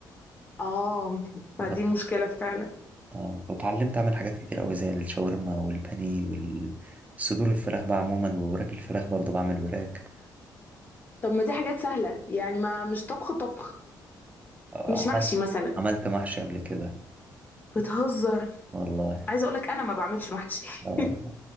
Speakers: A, on the left (about 25°); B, on the right (about 20°).
A: اه
B: فب-
A: فدي مشكلة فعلا
B: اه فاتعلمت اعمل حاجات كتير قوي زي الشاورما والبانيه والصدور الفراخ بقى عموما ووراك الفراخ برضه بعمل وراك
A: طب ما دي حاجات سهلة يعني ما مش طبخ طبخ
B: آه،
A: مش محشي
B: عملت
A: مثلا
B: عملت محشي قبل كده
A: بتهزر
B: والله
A: عايزة اقولك انا ما بعملش محشي
B: لا والله